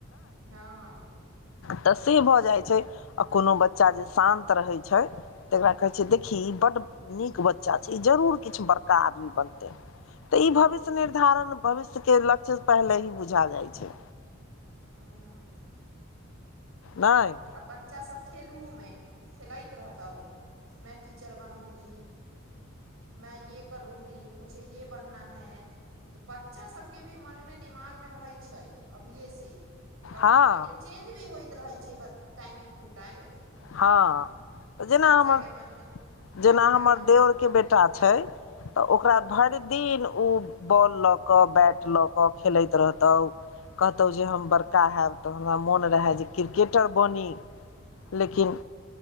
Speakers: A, on the right; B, on the left.
A: हँ।
B: तऽ से भऽ जाइ छै आ कोनो बच्चा जे शान्त रहै छै, तेकरा कहै छै देखी ई बड्ड नीक बच्चा छै ई जरूर किछु बड़का आदमी बनतै तऽ ई भविष्य निर्धारण भविष्यके लक्ष्य पहिले ही बुझा जाइ छै,
A: हूँ
B: नाई
A: आ बच्चासब खेलहुमे खेलएत रहताउ मै टीचर बनूंगी मै ये करूगी मुझे ये बनना है, तऽ बच्चा सबके भी मनमे दिमागमे रहै छै अभियेसे टब
B: हँ
A: लेकिन चेंज भी होइत रहै छै टाइम टू टाइम
B: हँ तऽ जेना
A: बच्चाके
B: हमर
A: मनमे
B: जेना
A: जानकारी
B: हमर देवरके
A: होइल तऽ
B: बेटा छै तऽ ओकरा भरि दिन उ बॉल लऽ कऽ बैट लऽ कऽ खेलैत रहतै तऽ कहतौ जे हम बड़का हैब तऽ हमरा मोन रहए जे हम क्रिकेटर बनी लेकिन